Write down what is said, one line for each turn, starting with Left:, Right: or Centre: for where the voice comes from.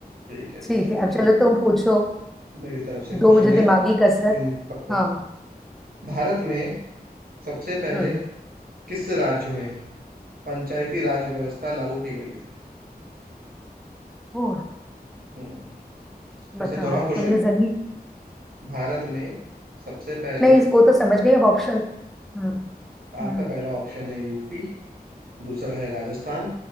Right: ठीक है
Centre: ठीक
Right: ठीक है
Centre: है अब
Right: चल
Centre: चलो तुम पूछो
Right: मेरी तरफ से क्वेश्चन
Centre: दो मुझे
Right: है
Centre: दिमागी कसरत
Right: हम्म, पकड़ो
Centre: हाँ
Right: भारत में सबसे पहले
Centre: हम्म
Right: किस राज्य में पंचायती राज व्यवस्था लागू की गई थी
Centre: ओह
Right: हम्म, फिर
Centre: बताओ
Right: से दोहराओ क्वेश्चन
Centre: तुमने जल्दी
Right: भारत में सबसे पहले
Centre: नहीं वो तो समझ गई अब ऑप्शन हम्म
Right: आपका
Centre: हम्म
Right: पहला ऑप्शन है यूपी दूसरा है राजस्थान